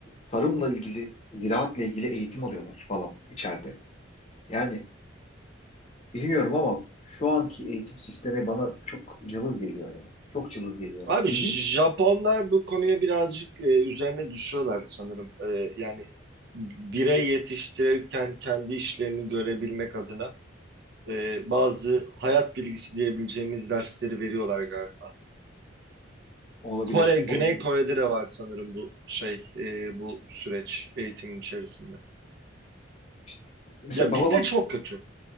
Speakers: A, on the left (about 35°); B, on the right (about 60°).
A: tarımla ilgili, ziraatla ilgili eğitim alıyorlar falan içeride. Yani bilmiyorum ama şu anki eğitim sistemi bana çok cılız geliyor ya. Çok cılız geliyor.
B: Abi
A: Bizim
B: J- Japonlar bu konuya birazcık e, üzerine düşüyorlar sanırım. E, yani birey yetiştirirken kendi işlerini görebilmek adına e, bazı hayat bilgisi diyebileceğimiz dersleri veriyorlar galiba.
A: olabilir,
B: Kore, Güney
A: olabilir.
B: Kore'de de var sanırım bu şey, e, bu süreç eğitimin içerisinde.
A: İşte mesela
B: Ya
A: babamın
B: bizde çok kötü.